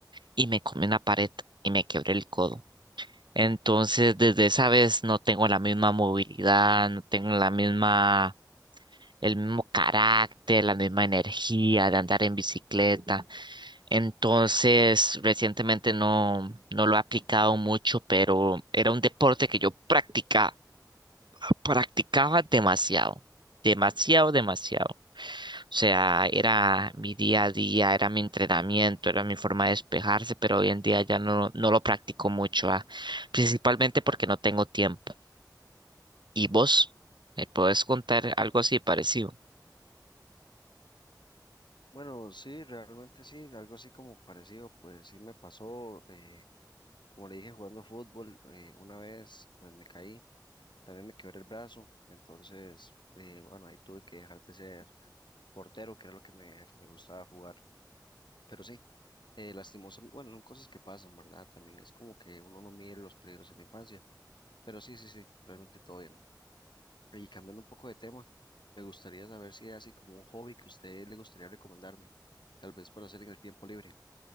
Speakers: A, on the right; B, on the left.
A: y me comí una pared y me quebré el codo. Entonces, desde esa vez no tengo la misma movilidad, no tengo la misma, el mismo carácter, la misma energía de andar en bicicleta. Entonces, recientemente no, no lo he aplicado mucho, pero era un deporte que yo practicaba practicaba demasiado, demasiado, demasiado. O sea, era mi día a día, era mi entrenamiento, era mi forma de despejarse, pero hoy en día ya no, no lo practico mucho, ah, Principalmente porque no tengo tiempo. ¿Y vos? ¿Me podés contar algo así parecido?
B: Bueno, sí, realmente sí, algo así como parecido, pues sí me pasó. eh, Como le dije, jugando fútbol, eh, una vez pues me caí, también me quebré el brazo, entonces, eh, bueno, ahí tuve que dejar de ser portero, que era lo que me, me gustaba jugar. Pero sí, eh, lastimosamente, bueno, son cosas que pasan, ¿verdad? También es como que uno no mide los peligros en la infancia, pero sí, sí, sí, realmente todo bien. Y cambiando un poco de tema, me gustaría saber si hay así como un hobby que a usted le gustaría recomendarme, tal vez para hacer en el tiempo libre.